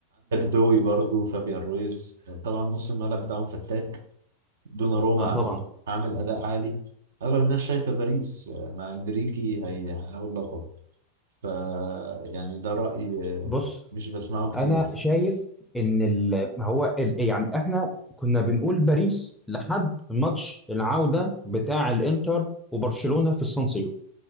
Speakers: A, on the right (about 60°); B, in the centre.
A: دوي برضو فابيان رويز طبعا نص الملعب بتاعهم فتاك دوناروما
B: اه
A: عامل
B: طبعا
A: عامل اداء عالي اغلب الناس شايفه باريس مع انريكي هيحققوا اللقب ف يعني ده رأي
B: بص
A: مش بسمعه كتير
B: انا شايف ان ال... هو ال... يعني احنا كنا بنقول باريس لحد ماتش العودة بتاع الانتر وبرشلونة في السان سيرو